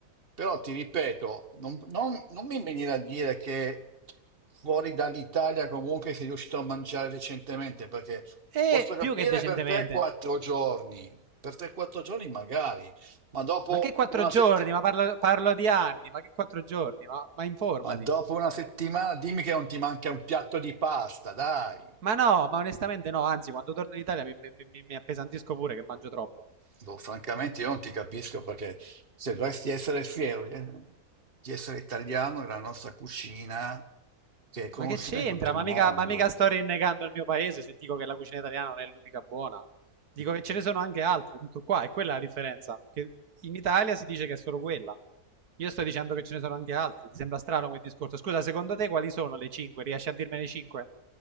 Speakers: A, on the right; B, on the right.
A: Però ti ripeto, non, non- non mi venire a dire che fuori dall'Italia comunque sei riuscito a mangiare recentemente, perché
B: E
A: posso capire
B: più che decentemente.
A: per 3-4 giorni, per 3-4 giorni magari, ma dopo
B: Ma che quattro
A: una
B: giorni?
A: setti-
B: Ma parlo, parlo di anni, ma che quattro giorni? Ma, ma informati.
A: ma dopo una settimana dimmi che non ti manca un piatto di pasta, dai.
B: Ma no, ma onestamente no, anzi, quando torno in Italia mi, mi- mi- mi appesantisco pure che mangio troppo.
A: Boh, francamente io non ti capisco perché se dovresti essere fiero di di essere italiano della nostra cucina che è conosciuta
B: Ma che c'entra?
A: in tutto il
B: Ma
A: mondo.
B: mica, ma mica sto rinnegando il mio paese se dico che la cucina italiana non è l'unica buona. Dico che ce ne sono anche altre, tutto qua, e quella è la differenza. Che in Italia si dice che è solo quella. Io sto dicendo che ce ne sono anche altre. Ti sembra strano come discorso? Scusa, secondo te quali sono le 5? Riesci a dirmene 5?